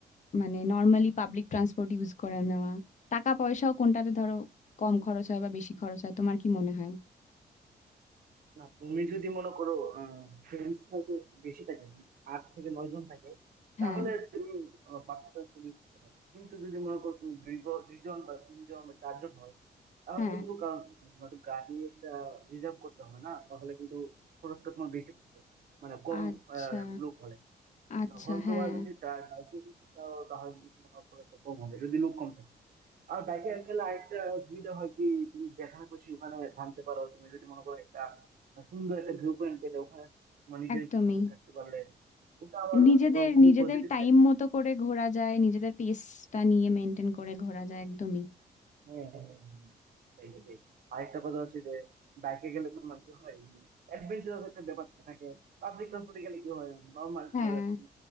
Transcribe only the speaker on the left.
মানে নর্মালি পাবলিক ট্রান্সপোর্ট ইউজ করে নেওয়া টাকা পয়সাও কোনটাতে ধরো কম খরচ হয় বা বেশি খরচ হয় তোমার কি মনে হয়
হ্যাঁ
হ্যাঁ
আচ্ছা
আচ্ছা
হ্যাঁ
একদমই
নিজেদের
নিজেদের
টাইম
মতো করে ঘোরা যায় নিজেদের পেসটা নিয়ে মেনটেন করে ঘোরা যায় একদমই
হ্যাঁ